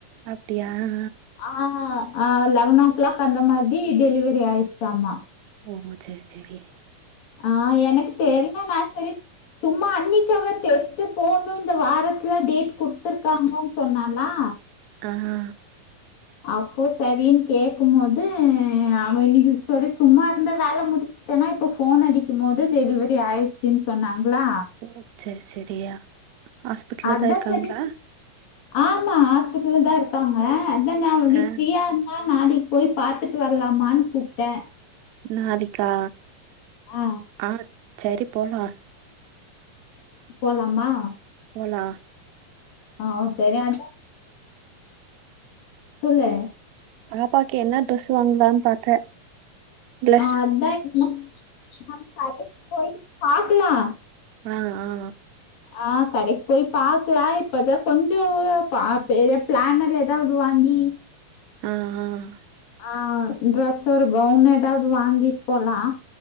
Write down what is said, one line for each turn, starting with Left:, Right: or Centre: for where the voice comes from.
Right: அப்டியா ஆ
Left: ஆ ஆ லெவன் ஓ கிளாக் அந்த மாதி டெலிவரி ஆயிருச்சாமா
Right: ஓ சேரி சேரி
Left: ஆ எனக்கு தெரியல நா செரி சும்மா அன்னைக் அவ டெஸ்ட்டு போணு இந்த வாரத் துல டேட் குடுத்துருக்காங்கன் சொன்னாலா
Right: ஆ ஹா
Left: அப்போ சரினு கேக்கும்மோது அவ இன்னைக்கு செரி சும்மா இருந்தா வேல முடிச்சு ஏனா இப்ப ஃபோன் அடிக்கும்மோது டெலிவரி ஆயிருச்சின் சொன்னாங்ளா
Right: ஓ செரி செரியா ஹாஸ்பிட்டல்ல
Left: அதா
Right: தா இருக்காங்களா
Left: செரி ஆமா ஹாஸ்பிட்டல்ல தா இருக்காங்க அத நா நீ
Right: ஆ
Left: ஃப்ரீயா இருந்தா நாளைக்கு போய் பாத்துட்டு வர்லாமான் கூப்ட்டே
Right: நாளைக்கா
Left: ஆ
Right: ஆ சரி போலா
Left: போலாமா
Right: போலா
Left: ஆ செரி அதா சொல்லு
Right: பாப்பாக்கு என்ன ட்ரெஸு வாங்கலான் பாத்தே ப்ளஷ்
Left: ஆ அதா இந்த அதுக் கடைக் போயி பாக்கலா
Right: அ ஆ
Left: ஆ கடைக்கு போய் பாக்கலா இப்பதா கொஞ்ச பா பெரிய பிளான் இல்ல எதாவ்து வாங்கி
Right: ம் ம்
Left: ஆ ட்ரெஸ் ஒரு கவுன் எதாவ்து வாங்கிட்டு போலா